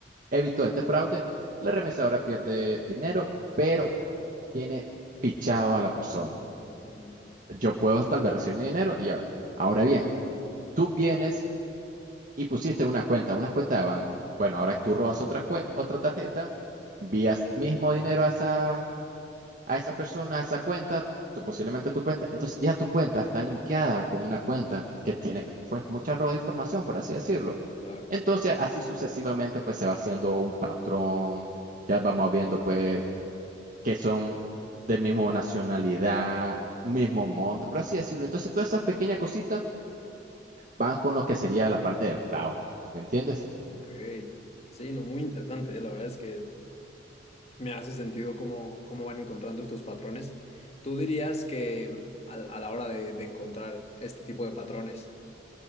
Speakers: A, on the right; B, on the left.
A: evitó este fraude, la remesadora pierde dinero, pero tiene fichado a la persona.
B: ujú,
A: Yo puedo tal vez recibir mi dinero y ahora, ahora bien, tú vienes y pusiste una cuenta, una cuenta de banco. Bueno, ahora tú robas otra cuenta, otra tarjeta, envías mismo dinero a esa, a esa persona, a esa cuenta, tú,
B: ujú,
A: posiblemente tu cuenta. Entonces ya tu cuenta está linkeada con una cuenta que tiene pues mucha roba de información, por así decirlo.
B: Claro,
A: Entonces así sucesivamente pues se va haciendo un patrón, ya vamos viendo pues que son de mismo nacionalidad, mismo monto, por así decirlo. Entonces todas esas pequeñas cositas van con lo que sería la parte del fraude, ¿me entiendes?
B: ok. Sí, no, muy interesante, eh, La verdad es que Me hace sentido cómo, cómo van encontrando estos patrones. ¿Tú dirías que a, a la hora de, de encontrar este tipo de patrones,